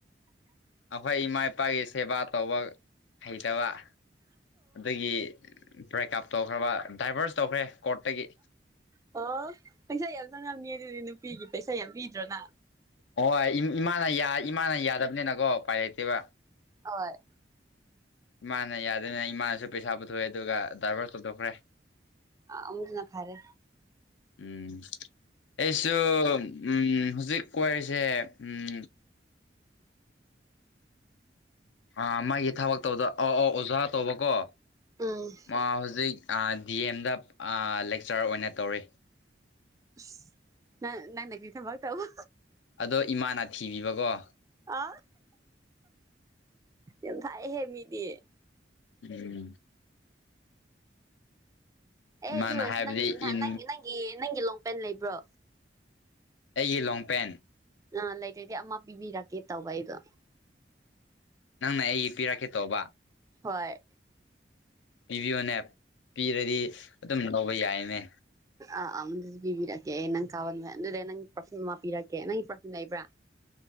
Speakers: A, on the left (about 85°); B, on the right (about 20°).
A: ꯑꯈꯣꯏ ꯏꯃꯥ ꯏꯄꯥꯒꯤ ꯁꯦꯕꯥ ꯇꯧꯕ ꯍꯩꯇꯕ ꯑꯗꯒꯤ ꯕ꯭ꯔꯦꯛꯑꯞ ꯇꯧꯈ꯭ꯔꯕ ꯗꯥꯏꯚ꯭ꯔꯁ ꯇꯧꯈ꯭ꯔꯦ ꯀꯣꯠꯇꯒꯤ
B: ꯑꯣ ꯄꯩꯁꯥ ꯌꯥꯝ ꯆꯪꯉꯝꯅꯤ ꯑꯗꯨꯗꯤ ꯅꯨꯄꯤꯒꯤ ꯄꯩꯁꯥ ꯌꯥꯝ <unintelligible>
A: ꯍꯣꯏ ꯏꯃꯥꯅ <unintelligible> ꯏꯃꯥꯅ ꯌꯥꯗꯞꯅꯤꯅꯀꯣ ꯎꯄꯥꯏ ꯂꯩꯇꯦꯕ
B: ꯑꫭꯏ
A: ꯏꯃꯥꯅ ꯌꯥꯗꯅ ꯏꯃꯥꯅꯁꯨ ꯄꯩꯁꯥ ꯄꯨꯊꯣꯛꯑꯦ ꯑꯗꯨꯒ ꯗꯥꯏꯚ꯭ꯔꯁ ꯇꯧꯊꯣꯛꯈ꯭ꯔꯦ
B: ꯑ ꯑꯃꯨꯛ ꯍꯦꯟꯅ ꯐꯔꯦ
A: ꯎꯝ ꯑꯩꯁꯨ ꯎꯝ ꯍꯧꯖꯤꯛ ꯀꯣꯢꯔꯤꯁꯦ ꯎꯝ ꯑꯥ ꯃꯥꯒꯤ ꯊꯕꯛꯇꯧꯗꫭ ꯑꯧ ꯑꯧ ꯑꯣꯖꯥ ꯇꯧꯕꯀꯣ
B: ꯎꯝ
A: ꯃꯥ ꯍꯧꯖꯤꯛ ꯑꯥ ꯗꯤ ꯑꯦꯝꯗ ꯂꯦꯛꯆꯔ ꯑꯣꯏꯅ ꯇꯧꯔꯤ
B: ꯏꯁ ꯅꯪ ꯅꯪꯅ ꯀꯔꯤ ꯊꯕꯛ ꯇꯧꯕ
A: ꯑꯗꯣ ꯏꯃꯥꯅ ꯊꯤꯕꯤꯕꯀꯣ
B: ꯑ ꯌꯥꯝ ꯊꯥꯢꯍꯦ ꯃꯤꯗꯤ
A: ꯎꯝ ꯃꯥꯅ
B: ꯑꯦ ꯑꯗꯨ ꯑꯣꯏꯔꯁꯨ
A: ꯍꯥꯏꯕꯗꯤ
B: ꯅꯪ
A: ꯏꯟ
B: ꯅꯪ ꯅꯪꯒꯤ ꯅꯪꯒꯤ ꯂꯣꯡꯄꯦꯟ ꯂꯩꯕ꯭ꯔꯣ
A: ꯑꯩꯒꯤ ꯂꯣꯡꯄꯦꯟ
B: <unintelligible> ꯂꯩꯇꯗꯤ ꯑꯃ ꯄꯤꯕꯤꯔꯛꯀꯦ ꯇꯧꯕ ꯑꯩꯗꯣ
A: ꯅꯪꯅ ꯑꯩꯒꯤ ꯄꯤꯔꯛꯀꯦ ꯇꯧꯕ
B: ꯍꯣꯏ
A: ꯄꯤꯕꯤꯌꯣꯅꯦ ꯄꯤꯔꯗꯤ ꯑꯗꯨꯝ ꯂꯧꯕ ꯌꯥꯏꯅꯦ
B: ꯑꯥ ꯑꯝ ꯄꯤꯕꯤꯔꯛꯀꯦ ꯅꯪ ꯀꯥꯕ <unintelligible> ꯑꯗꯨꯗ ꯅꯪꯒꯤ ꯄꯔꯐꯤꯝ ꯑꯃ ꯄꯤꯔꯛꯀꯦ ꯅꯪꯒꯤ ꯄꯔꯐꯤꯝ ꯂꯩꯕ꯭ꯔ